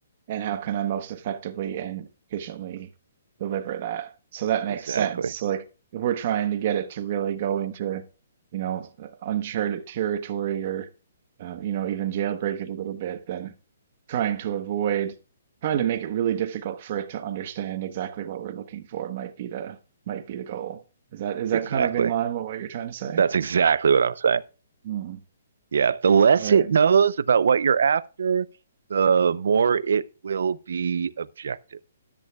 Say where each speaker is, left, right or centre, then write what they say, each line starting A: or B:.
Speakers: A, on the right; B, on the right.
A: and how can I most effectively and efficiently deliver that? So that makes
B: exactly,
A: sense. So like if we're trying to get it to really go into, you know, uncharted territory or uh, you know even jailbreak it a little bit, then trying to avoid trying to make it really difficult for it to understand exactly what we're looking for might be the might be the goal. Is that is that
B: exactly,
A: kind of in line with what you're trying to say?
B: that's exactly what I'm saying.
A: Hmm.
B: Yeah, the less
A: Right.
B: it knows about what you're after, the more it will be objective.